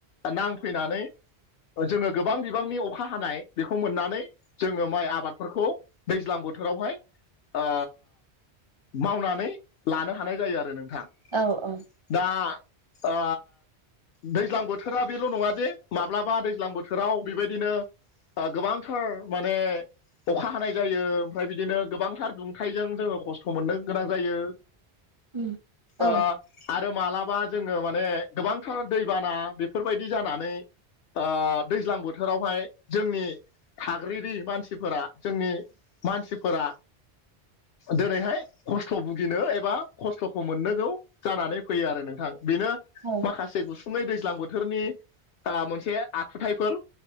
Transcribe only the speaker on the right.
औ।
उम औ
ओं
औ